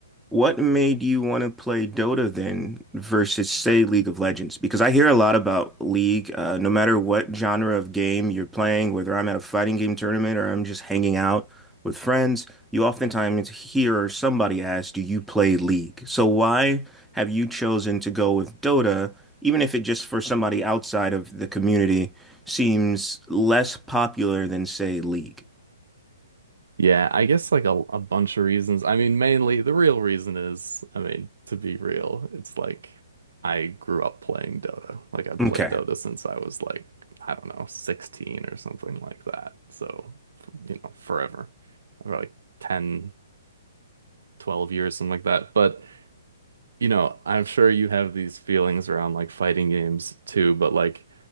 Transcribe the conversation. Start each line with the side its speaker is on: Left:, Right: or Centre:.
Centre: What made you want to play Dota then versus, say, League of Legends? Because I hear a lot about League, uh, no matter what genre of game you're playing, whether I'm at a fighting game tournament or I'm just hanging out with friends, you oftentimes hear somebody ask, Do you play League? So why have you chosen to go with Dota, even if it just for somebody outside of the community seems less popular than, say, League?
Right: Yeah, I guess like a, a bunch of reasons. I mean, mainly the real reason is, I mean, to be real, it's like I grew up playing Dota. Like I've
Centre: Okay.
Right: played Dota since I was like, I don't know, 16 or something like that. So, you know, forever. For like 10, 12 years, something like that. But you know, I'm sure you have these feelings around like fighting games too, but like